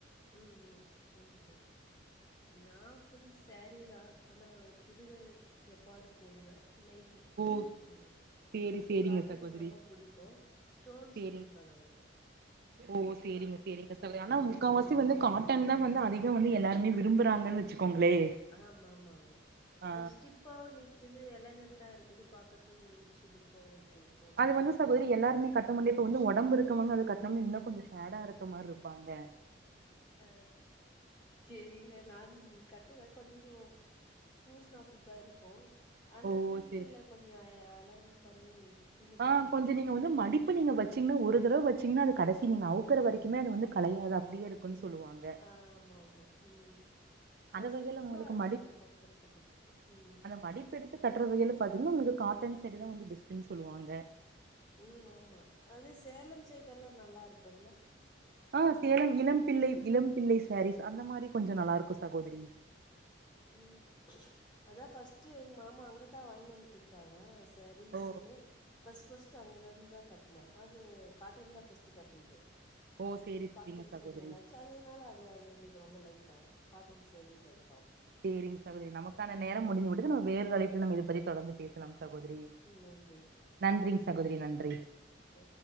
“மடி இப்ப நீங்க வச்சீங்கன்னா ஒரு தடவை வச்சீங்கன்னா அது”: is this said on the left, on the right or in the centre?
Right